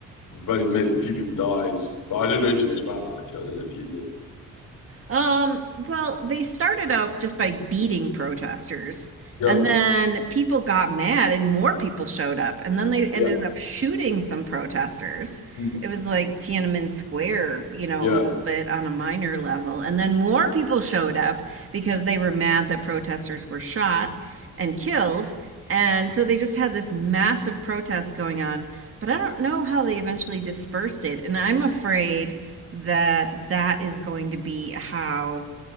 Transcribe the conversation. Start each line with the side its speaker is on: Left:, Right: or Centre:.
Left: very many, a few people died, but I don't know too much about that. If you, I don't know if you did.
Right: Um, well, they started out just by beating protesters,
Left: Yeah.
Right: and then people got mad, and more people showed up, and then they ended
Left: Yeah.
Right: up shooting some protesters.
Left: Mm.
Right: It was like Tiananmen Square, you know,
Left: Yeah.
Right: a little bit on a minor level, and then more people showed up because they were mad that protesters were shot and killed, and so they just had this massive protest going on. But I don't know how they eventually dispersed it, and I'm afraid that that is going to be how